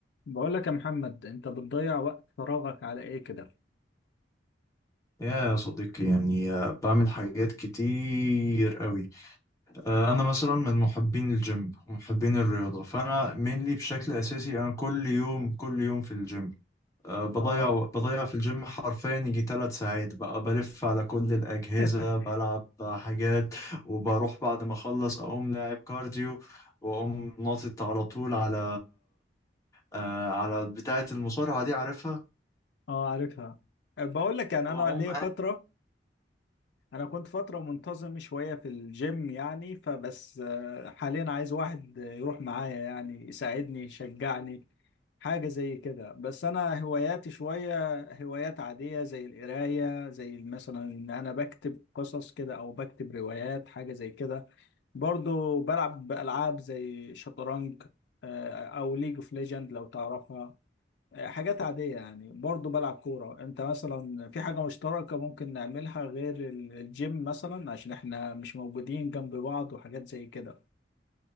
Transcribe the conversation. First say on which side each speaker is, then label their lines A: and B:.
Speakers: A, on the left (about 70°); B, on the left (about 20°).
A: بقول لك يا محمد انت بتضيع وقت فراغك على ايه كده
B: يا صديقي يعني آه، بعمل حاجات كتير قوي آه، انا مثلا من محبين الجيم ومحبين الرياضه فانا mainly بشكل اساسي انا كل يوم كل يوم في الجيم آه، بضيع
A: اه
B: بضيع في الجيم حرفيا يجي ثلاث ساعات بقى بلف على كل الاجهزه
A: <laughs>
B: بلعب حاجات وبروح بعد ما اخلص اقوم لاعب كارديو واقوم ناطط على طول على آه، على بتاعه المصارعه دي عارفها
A: اه عارفها بقول لك يعني
B: واقوم
A: انا ليا فتره انا كنت فتره منتظم شويه في الجيم يعني فبس آه، حاليا عايز واحد يروح معايا يعني يساعدني يشجعني حاجه زي كده بس انا هواياتي شويه هوايات عاديه زي القرايه زي مثلا ان انا بكتب قصص كده او بكتب روايات حاجه زي كده برضو بلعب بألعاب زي شطرنج آه، أو ليج اوف ليجند لو تعرفها آه، حاجات عادية يعني برضو بلعب كورة انت مثلا في حاجة مشتركة ممكن نعملها غير ال- الجيم مثلا عشان احنا مش موجودين جنب بعض وحاجات زي كده